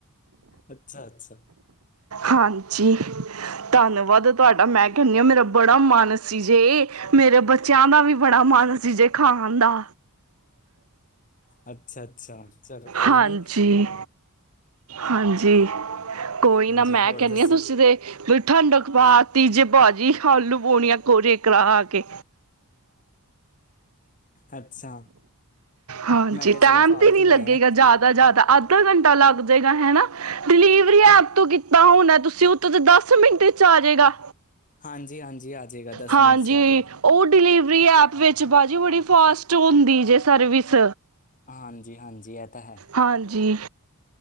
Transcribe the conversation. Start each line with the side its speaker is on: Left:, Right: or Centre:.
Left: ਅੱਛਾ- ਅੱਛਾ
Right: ਹਾਂਜੀ ਧੰਨਵਾਦ ਤੁਹਾਡਾ ਮੈਂ ਕਹਨਿ ਹਾਂ ਮੇਰਾ ਬੜਾ ਮੰਨ ਸ ਸੀ ਜੇ ਮੇਰੇ ਬੱਚਿਆਂ ਦਾ ਵੀ ਬੜਾ ਮਨ ਸੀ ਜੇ ਖਾਣ ਦਾ
Left: ਅੱਛਾ-ਅੱਛਾ ਚਲੋ ਕੋਈ
Right: ਹਾਂਜੀ
Left: ਨੀ।
Right: ਹਾਂਜੀ ਕੋਈ
Left: ਹਾਂਜੀ
Right: ਨਾ ਮੈਂ
Left: ਹੋਰ
Right: ਕਹਿੰਨੀ
Left: ਦੱਸੋ
Right: ਆਂ ਤੁਸੀਂ ਦੇ ਵੇ ਠੰਡਕ ਪਾ ਤੀ ਜੇ ਭਾਜੀ ਆਲੂ-ਪੂੜੀਆਂ ਕੋਰੇ ਕਰਾਕੇ
Left: ਅੱਛਾ
Right: ਹਾਂਜੀ
Left: ਮੈਂ ਕਿਹਾ ਚਲੋ
Right: ਟਾਮ
Left: ਫਾਲਤੂ
Right: ਤੇ ਨਹੀਂ ਲੱਗੇਗਾ
Left: ਪਏ ਆ
Right: ਜਾਦਾ-ਜਾਦਾ ਅੱਧਾ ਘੰਟਾ ਲੱਗ ਜਾਏਗਾ ਹੈਨਾ। ਡਿਲੀਵਰੀ ਐਪ ਤੋਂ ਕੀਤਾ ਹੋਓ ਨਾ, ਤੁਸੀਂ ਉਹਤੋਂ ਤਾਂ ਦਸ ਮਿੰਟ ਚ ਆ ਜੇਗਾ।
Left: ਹਾਂਜੀ-ਹਾਂਜੀ, ਆਜੇਗਾ ਦਸ
Right: ਹਾਂਜੀ
Left: ਮਿੰਟ ਚ ਆ ਜੇਗਾ।
Right: ਉਹ ਡਿਲੀਵਰੀ ਐਪ ਵਿੱਚ ਭਾਜੀ ਬੜੀ ਫਾਸਟ ਹੁੰਦੀ ਜੇ ਸਰਵਿਸ।
Left: ਹਾਂਜੀ-ਹਾਂਜੀ ਐ ਤਾਂ ਹੈ।
Right: ਹਾਂਜੀ